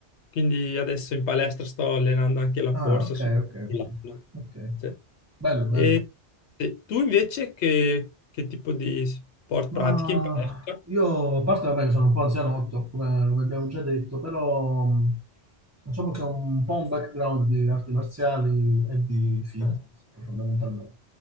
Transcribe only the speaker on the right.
Ah, ok,
ok, ok,
ok.
Bello,
bello.
Ma
io, a parte vabbè, che sono un po' anzianotto, come, come abbiamo già detto, però mh, diciamo che ho un po' un background di arti marziali e di fitness,
poi, fondamentalmente.